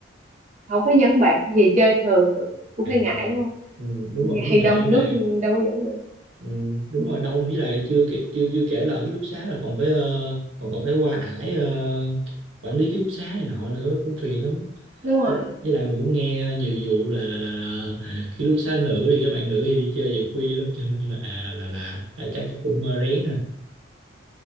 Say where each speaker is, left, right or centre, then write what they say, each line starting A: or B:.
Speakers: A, on the right; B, on the right.
A: không có dẫn bạn về chơi thường được cũng
B: à,
A: hơi ngại đúng
B: ừ, đúng
A: không
B: rồi cũng
A: hay
B: ngại
A: đông
B: với lại
A: đúc đâu có dẫn được
B: ừ, đúng
A: Ừ,
B: rồi đông với lại chưa kể, chưa chưa kể là ở ký túc xá là còn phải ờ, còn còn phải qua ải ờ, quản lý ký túc xá này nọ nữa cũng phiền lắm
A: đúng rồi
B: với lại, với lại mình cũng nghe nhiều vụ là là là, là ký túc xá nữ thì các bạn nữ thì đi chơi về khuya lắm cho nên là là là, là chắc chắc cũng ờ, rén ha